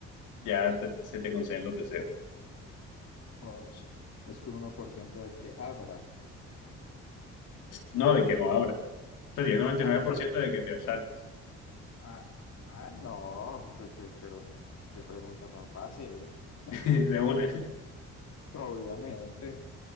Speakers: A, on the left; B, on the left.
A: ya te- se te conceden los deseos.
B: Osh, es que un uno por ciento de que abra.
A: No, de que no abra. O sea, tienes noventa
B: Ah,
A: y nueve
B: de
A: por
B: que.
A: ciento de que te saltes
B: Ah, ah, no, pues, ok, pero qué pregunta tan fácil. <laughs>
A: <laughs> de una.
B: Obviamente.